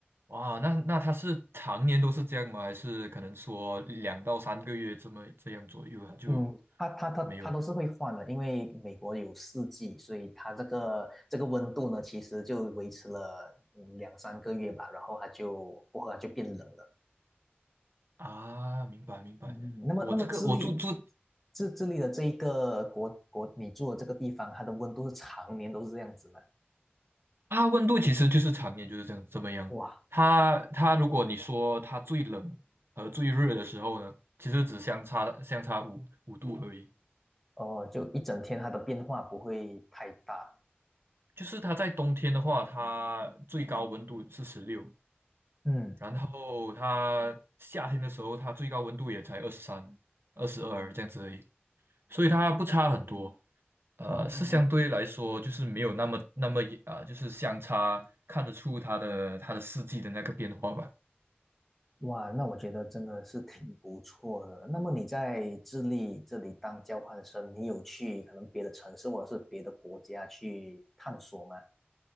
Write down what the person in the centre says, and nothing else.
嗯，它它它它都是会换的，
因为美国有四季，所以它这个这个温度呢，其实就维持了嗯两三个月吧，然后它就过后它就变冷了。
嗯，那么那么智利，
智智利的这一个国国，你住的这个地方，它的温度是常年都是这样子吗？
哇，
哦，就一整天它的变化不会太大。
嗯，
哦，
哇，那我觉得真的是挺不错的。那么你在智利这里当交换生，你有去可能别的城市或者是别的国家去探索吗？